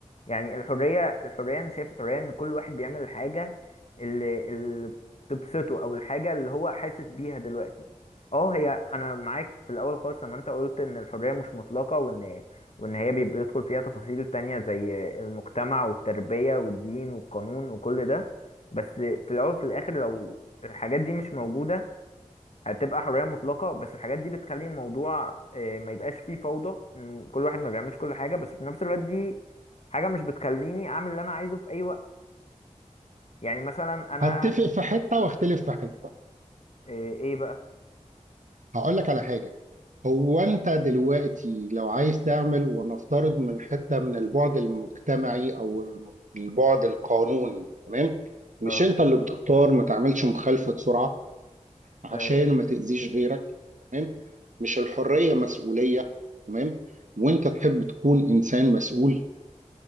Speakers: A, on the left; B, on the right.
A: يعني الحرية الحرية أنا شايف الحرية إن كل واحد بيعمل الحاجة اللي, اللي تبسطه أو الحاجة اللي هو حاسس بيها دلوقتي أه هي أنا معاك في الأول خالص لما أنت قلت إن الحرية مش مطلقة وإن وإن هي بي- بيدخل فيها تفاصيل تانية زي المجتمع والتربية والدين والقانون وكل ده بس في الأول وفي الآخر لو الحاجات دي مش موجودة هتبقى حرية مطلقة بس الحاجات دي بتخلي الموضوع آه، ما يبقاش فيه فوضى إن كل واحد ما بيعملش كل حاجة بس في نفس الوقت دي حاجة مش بتخليني أعمل اللي أنا عايزه في أي وقت يعني مثلا أنا
B: هتفق في حته واختلف في حته
A: آه، إيه بقى
B: هقول لك على حاجة هو انت دلوقتي لو عايز تعمل ونفترض من حتة من البعد المجتمعي او الم- البعد القانوني تمام مش
A: اه
B: انت اللي بتختار ما تعملش مخالفة سرعة عشان
A: آه،
B: ما تأذيش غيرك تمام مش الحرية مسؤولية تمام وانت تحب تكون انسان مسؤول